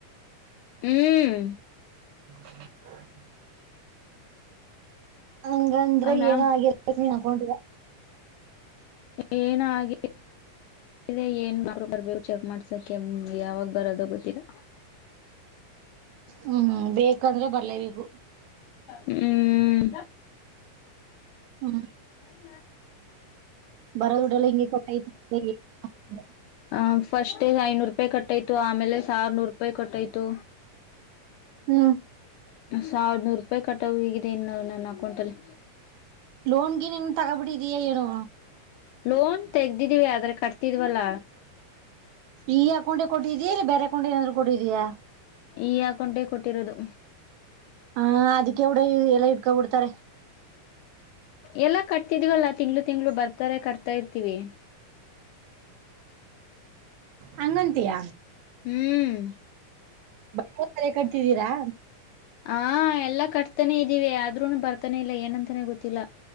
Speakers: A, on the left; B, on the right.
A: ಹ್ಮ್
B: <inaudible> ಹಂಗಂದ್ರ
A: ಅವನಾ
B: ಏನ ಆಗಿ ನೀನ್ ಹಗೌೊಂಡರ
A: ಏನ ಆ ಏನ್ ಬರ್ಬೇಕು ಚೆಕ್ ಮಾಡ್ಸಕ ಯಾವಾಗ ಬರದು ಗೊತ್ತಿಲ್ಲ
B: ಹ್ಮ್ ಬೇಕಾದ್ರೆ ಬರ್ಲೇಬೇಕು
A: ಹ್ಮ್
B: ಹ್ಮ
A: ಹ್ಮ
B: ಬರೋದಡಲ್ಲ ಹಿಂಗಗೆ ಕೊಟ್ಟೈತಿ ಹ
A: ಆ ಫಸ್ಟ್ೇ ಐನೂರು ರೂಪಾಯಿ ಕಟ್ಟಾಯ್ತು ಆಮೇಲೆ ಸಾವಿನೂರು ರೂಪಾಯಿ ಕಟ್ಟಾಯ್ತು
B: ಹ್ಮ
A: ಸಾವಿರನೂರು ರೂಪಾಯಿ ಕಟ್ಟ ಹಗಿದೆ ಇನ್ನ ನನ್ನ ಅಕೌಂಟ ಅಲ್ಲಿ
B: ಲೋನ್ಗೆ ನೀನ್ ತಗಬಿಟ್ಟಿದಯಾ ಏನೋ
A: ಲೋನ್ ತೆಗ್ದಿದ್ದೀವಿ ಆಧಾರ್ ಕಾರ್ಡ್ತ ವಲ್ಲ
B: ಈ ಅಕೌಂಟೆ ಕೊಟ್ಟಿದ್ಯಾಾ ಇಲ್ಲ ಬೇರೆ ಅಕೌಂಟೆ ಏನಾದ್ರು ಕೊಟ್ಟಿದಯಾ
A: ಈ ಹಾಕಟೆ ಕೊಟ್ಟಿರೋದು
B: ಹ ಅದಕ್ಕೆ ಕಡ ಎಲ್ಲ ಇಡ್ಕೊಬ ಬಿಡ್ತಾರೆ
A: ಎಲ್ಲಾ ಕಟ್ತಿದ್ವಲ್ಲಾ ತಿಂಗ್ಳ ತಿಂಗ್ಳ ಬರ್ತಾರೆ ಕಟ್ತಾ ಇರ್ತಿೀವಿ
B: ಹಂಗಂತಯ
A: ಹ್ಮ್
B: ಬ ಕಟ್ತಿದ್ದೀರಾ
A: ಹಾ ಎಲ್ಲಾ ಕಟ್ತಾನೇ ಇದೀವಿ ಆದ್ರೂನು ಬರ್ತಾನೆ ಇಲ್ಲ ಏನಂತಾನೆ ಗೊತ್ತಿಲ್ಲ